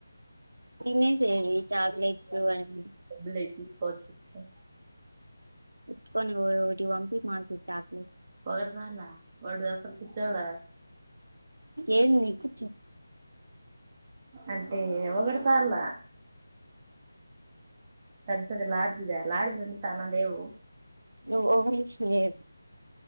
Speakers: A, on the right; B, on the right.
A: తినేసెయ్ చాక్లెట్సు అన్ని
B: అబ్లేకిస్ పచ్చ చుకు
A: ఎత్తుకొని <unintelligible> ఒకటి పంపి మాకే చాకి
B: పగడ చాల వడు అసలు కుచ్చోడ
A: ఏంది నీకు
B: అంటే ఓగడసాల తద్దద లాడ్దిద అ లాడ్ది ఆ అంటే చానా లేవ్
A: లో ఓవర్ మిషన్ లేద్